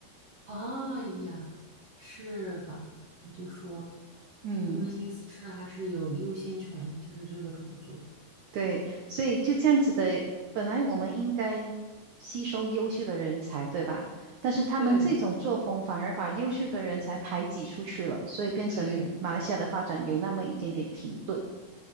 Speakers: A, on the right; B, on the right.
A: 哎呀，是吧？我就说，
B: 嗯，
A: 他们意思是还是有优先权，就是这个种族。
B: 对，所以就这样子的，本来我们应该吸收优秀的人才，对吧？但是他们这种作风反而把优秀的人才排挤出去了，
A: 对
B: 所以变成马来西亚的发展有那么一点点停顿。
A: 对，